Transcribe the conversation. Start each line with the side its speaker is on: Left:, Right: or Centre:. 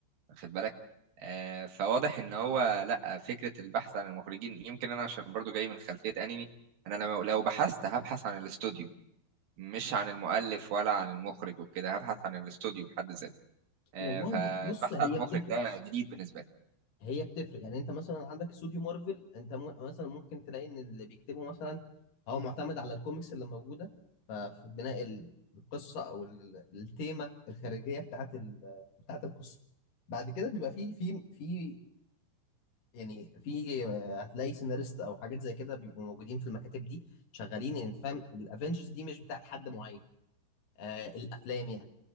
Right: واخد بالك آه، فواضح ان هو لا فكره البحث عن المخرجين يمكن انا عشان برضو جاي من خلفيه انمي انا لو لو بحثت هبحث عن الاستوديو مش عن المؤلف ولا عن المخرج وكده هبحث عن الاستوديو بحد ذاته آه،
Left: والله
Right: فالبحث
Left: ب- بص هي
Right: عن المخرج
Left: بتفرق
Right: ده جديد بالنسبه لي
Left: هي بتفرق يعني انت مثلا عندك استوديو مارفل انت م... مثلا ممكن تلاقي ان اللي بيكتبه مثلا هو معتمد على الكوميكس اللي موجوده ففي بناء ال- القصه او ال- التيمه الخارجيه بتاعت ال... بتاعت القصه بعد كده بيبقى في في في يعني في آه، هتلاقي سيناريست او حاجات زي كده بيبقوا موجودين في المكاتب دي شغالين يعني انت فاهم الافنجرز دي مش بتاعت حد معين آه الافلام يعني